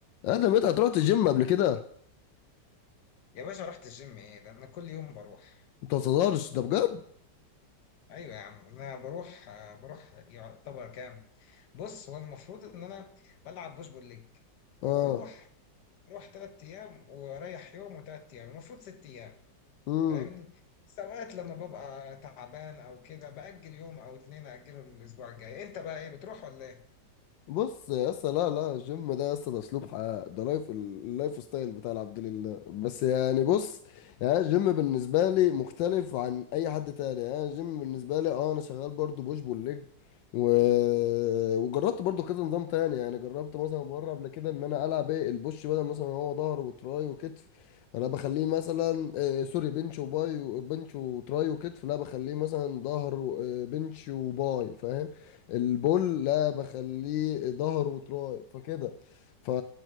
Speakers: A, on the left; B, on the left.
A: ادم انت هتروح الجيم قبل كده
B: يا باشا رحت الجيم ايه ده انا كل يوم بروح
A: انت ما تهزرش ده بجد
B: ايوه يا عم انا بروح آه، بروح يعتبر كام بص هو المفروض ان انا بلعب بوش بول ليج
A: اه
B: فبروح بروح تلات ايام واريح يوم وتلات ايام المفروض ست ايام
A: امم
B: فاهمني بس اوقات لما ببقى تعبان او كده باجل يوم او اتنين اجله للاسبوع الجاي انت بقى ايه بتروح ولا ايه
A: بص يا اسطى لا لا الجيم ده يا اسطى ده اسلوب حياه ده لايف اللايف ستايل بتاع العبد لله بس يعني بص يعني الجيم بالنسبه لي مختلف عن اي حد تاني يعني الجيم بالنسبه لي اه انا شغال برضو بوش بول ليج و... وجربت برضو كذا نظام تاني يعني جربت مثلا مره قبل كده ان انا العب ايه البوش بدل مثلا هو ظهر وتراي وكتف انا بخليه مثلا آه سوري بنش وباي و- بنش وتراي وكتف لا بخليه مثلا ظهر و- آه، بنش وباي فاهم البول لا بخليه ظهر وتراي فكده ف...